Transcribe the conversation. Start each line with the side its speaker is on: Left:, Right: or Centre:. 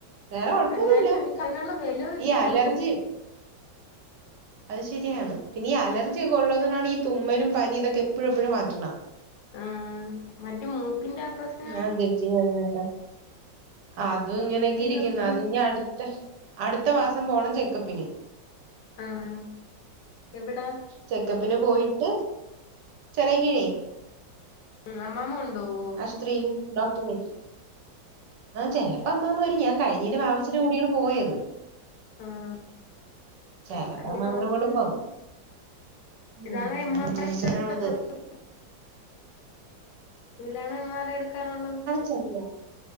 Right: വേറെ കൊഴപ്പൊന്നൂല്ല.
Left: എന്നാലും നിനക്ക് അതിനുള്ള ബലവും ഇല്ലല്ലോ
Right: ഈ അലർജി അത് ശരിയാണ്.
Left: ഉം
Right: പിന്നെ ഈ അലർജിയൊക്കെ ഉള്ളതുകൊണ്ടാണ് ഈ തുമ്മലും പനി ഇതൊക്കെ എപ്പോഴും എപ്പോഴും മാറ്റണേ
Left: ആഹ് മറ്റേ മൂക്കിന്റെ പ്രശ്നം
Right: ഞാൻ തിരിച്ചക്കിങ്ങനൊക്കെ. അതും ഇങ്ങനൊക്കെ
Left: മൂക്കിന്റെ
Right: ഇരിക്കുന്നു.
Left: പ്രശ്നം
Right: അതിനി അടു ട്ട് അടുത്ത മാസം പോണം ചെക്കപ്പിന്.
Left: ആഹ് എവിടെ
Right: ചെക്കപ്പിന് പോയിട്ട് ചിറയൻകീഴേ.
Left: ഉം അമ്മാമ്മ കൊണ്ടുപോവോ
Right: ഇത്രേം ഡോക്‌ടർ <unintelligible> ചെലപ്പെ അമ്മാമ്മ വരും. കഴിഞ്ഞേന് വാവച്ചീടെ കൂടെയാണ് പോയത്.
Left: ആഹ്
Right: ചിലപ്പോ
Left: എന്താ
Right: അമ്മാമ്മേടെ
Left: നോക്ക്
Right: കൂടെ പോവും. ഉം
Left: ഇതാണ് <unintelligible>
Right: ഭയങ്കരാണിത്
Left: ഇതിലാണ് എം ആർ ഐ എടുക്കാനുള്ളത്.
Right: ചെല്ലാ